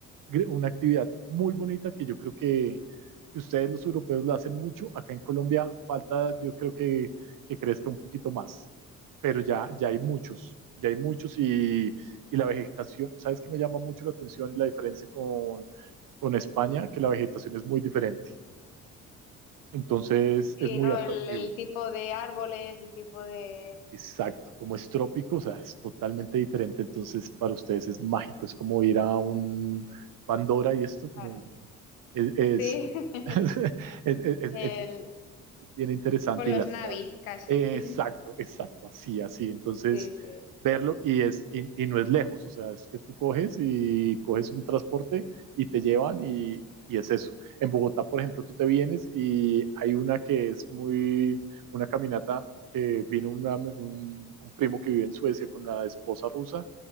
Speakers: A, on the right (about 55°); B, on the left (about 85°).
A: gr- una actividad muy bonita que yo creo que, que ustedes los europeos la hacen mucho. Acá en Colombia falta, yo creo que, que crezca un poquito más, pero ya, ya hay muchos, ya hay muchos y, y la vegetación, ¿sabes qué me llama mucho la atención y la diferencia con, con España? Que la vegetación es muy diferente. Entonces
B: Sí,
A: es muy
B: ¿no?
A: atractivo.
B: El, el tipo de árboles, el tipo de...
A: Exacto, como es trópico, o sea, es totalmente diferente, entonces para ustedes es mágico, es como ir a un Pandora y esto como
B: Claro.
A: es, es,
B: Sí, <laughs>
A: <laughs> es, es- es-
B: el...
A: es es bien interesante
B: con los
A: y las
B: Navi
A: sabes.
B: casi.
A: Eh,
B: <laughs>
A: exacto, exacto, así, así. Entonces,
B: Sí, sí.
A: verlo y, es, y, y no es lejos, o sea, es que tú coges y coges un transporte y te llevan y, y es eso. En Bogotá, por ejemplo, tú te vienes y hay una que es muy, una caminata que vino una- un, un primo que vive en Suecia con la esposa rusa